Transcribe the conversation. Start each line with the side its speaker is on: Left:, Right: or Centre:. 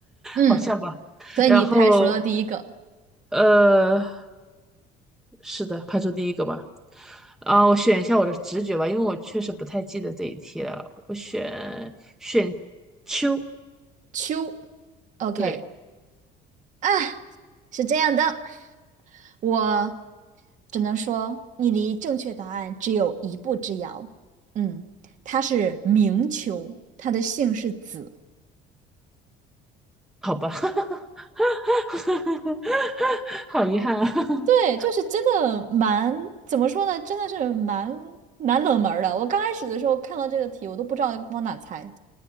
Right: 嗯，
Centre: 好像吧。
Right: 所以你排除了第一个
Centre: 然后，呃，是的，排除第一个吧。啊，我选一下我的直觉吧，因为我确实不太记得这一题了。我选选秋，
Right: 丘。OK，
Centre: 对，
Right: 啊，是这样的。我只能说，你离正确答案只有一步之遥。嗯，他是明囚，他的姓是子。
Centre: 好吧。<laughs> <laughs> 好遗憾啊，<laughs>
Right: 对，就是真的蛮，怎么说呢？真的是蛮蛮冷门儿的。我刚开始的时候看到这个题，我都不知道往哪猜。